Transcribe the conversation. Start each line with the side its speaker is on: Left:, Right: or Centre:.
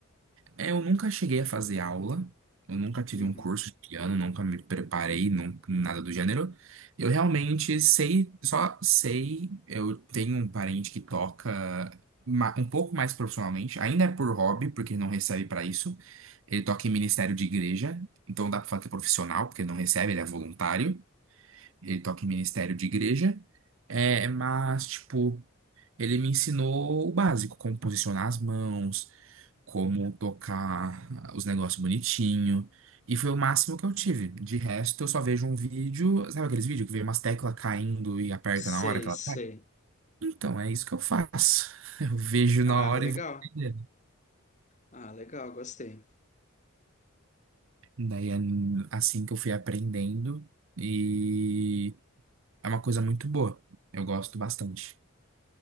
Right: É, eu nunca cheguei a fazer aula, eu nunca tive
Left: Uhum.
Right: um curso de piano, nunca me preparei, nun- nada do gênero. Eu realmente sei, só sei, eu tenho um parente que toca ma- um pouco mais profissionalmente, ainda é por hobby, porque não recebe pra isso. Ele toca em ministério de igreja, então dá pra falar que é profissional, porque não recebe, ele é voluntário. Ele toca em ministério de igreja, é, mas, tipo, ele me ensinou o básico, como posicionar as mãos como tocar os negócios bonitinho. E foi o máximo que eu tive. De resto, eu só vejo um vídeo. Sabe aqueles vídeos que vê umas teclas caindo e aperta na
Left: Sei,
Right: hora que
Left: sei.
Right: ela cai? Então, é isso que eu faço. <laughs> Eu vejo na
Left: Ah,
Right: hora
Left: legal.
Right: e vou aprendendo.
Left: Ah, legal, gostei.
Right: Daí é assim que eu fui aprendendo. E é uma coisa muito boa. Eu gosto bastante.